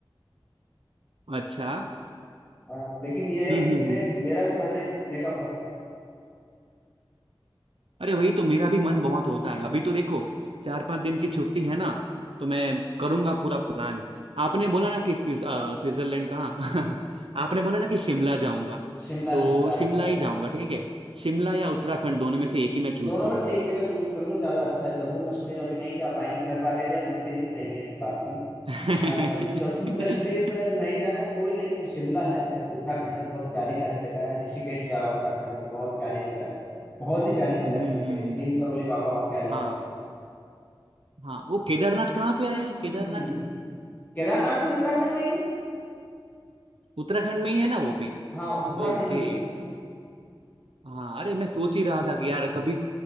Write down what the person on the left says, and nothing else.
अ, लेकिन यह है
कि
मुझे
मेरा भी मन है घूमने का बहुत
शिमला
शिमला
शिमला
बहुत
बढ़िया।
दोनों
में से एक जगह चूज कर लो ज्यादा अच्छा है जम्मू कश्मीर अभी नहीं जा पाएंगे घर वाले भी अनुमति नहीं देंगे इस बात की
हाँ, तो जम्मू कश्मीर नहीं जाना है तो कोई नहीं शिमला है उत्तराखंड है बहुत प्यारी प्यारी जगह है ऋषिकेश जाओ उत्तराखंड में बहुत प्यारी जगह है बहुत ही प्यारी जगह
है ऋषिकेश नीम करोली बाबा होके आ
जाओ
हम्म,
केदारनाथ भी उत्तराखंड में ही है
हाँ उत्तराखंड
में ही है